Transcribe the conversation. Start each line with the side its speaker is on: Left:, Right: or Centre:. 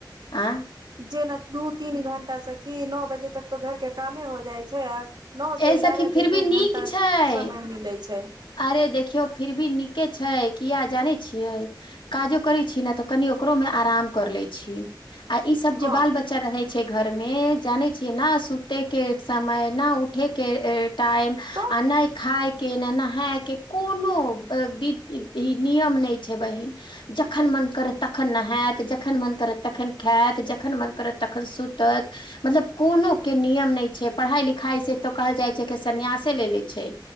Left: आँ
Right: जेना दू तीन घंटा सखी नौ बजे तक तऽ घरके कामे हो जाइ छै आ नौसँ
Left: एहि
Right: एगारह
Left: सखी फिर
Right: जे
Left: भी
Right: दू
Left: नीक
Right: घण्टा
Left: छै
Right: समय मिलै छै
Left: अरे देखियौ फिर भी नीके छै कियाऽ जानै छियै काजो करै छी ने तऽ कनि ओकरोमे आराम कर लै छी आ ई सब
Right: हँ
Left: जे बाल बच्चा बच्चा रहै छै घरमे जाने छियै न सुतयके समय ना उठयके टाइम
Right: तऽ
Left: आ नै खाइके न नहायके कोनो ए-बी- ई नियम नहि छै बहिन जखन मन करत तखन नहात जखन मन करत तखन खाऽत जखन मन करत तखन सुतत मतलब कोनोके नियम नै छै पढ़ाइ लिखाइ से तऽ कहल जाइ छै कि सन्यासे ले ले छै